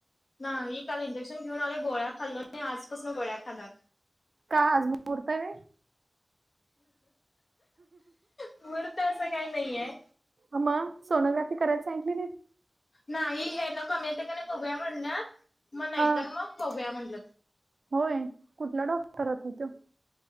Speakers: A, on the left (about 75°); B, on the right (about 75°).
A: नाही काल इंजेक्शन घेऊन आलोय गोळ्या खाल्लो आणि आजपासून गोळ्या खाणार.
B: का आज मुहूर्त आहे होय?
A: मुहूर्त असं काय नाहीये.
B: अ म सोनोग्राफी कराय सांगितली नाहीत?
A: नाही हे नकमीेत का नाही बघूया म्हणलं मग नाहीतर
B: हा
A: मग बघूया म्हणलं
B: होय कुठला डॉक्टर आता तो.